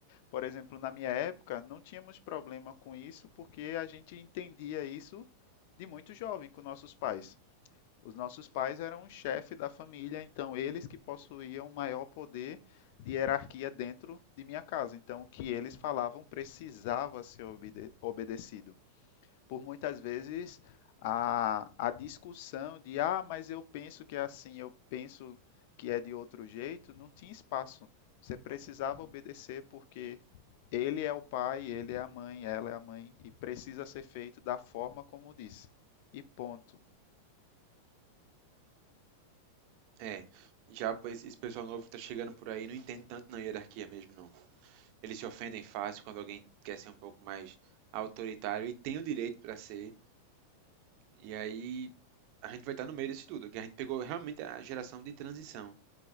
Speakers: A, on the left (about 60°); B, on the right (about 50°).
A: Por exemplo, na minha época, não tínhamos problema com isso porque a gente entendia isso de muito jovem com nossos pais. Os nossos pais eram o chefe da família, então eles que possuíam maior poder de hierarquia dentro de minha casa. Então, o que eles falavam precisava ser obede- obedecido por muitas vezes a, a discussão de ah, mas eu penso que é assim, eu penso que é de outro jeito, não tinha espaço. Você precisava obedecer porque ele é o pai, ele é a mãe, ela é a mãe e precisa ser feito da forma como disse. E ponto.
B: É, já pois, esse pessoal novo que tá chegando por aí não entende tanto na hierarquia mesmo, não. Eles se ofendem fácil quando alguém quer ser um pouco mais autoritário e tem o direito para ser. E aí a gente vai estar no meio disso tudo, que a gente pegou realmente a geração de transição.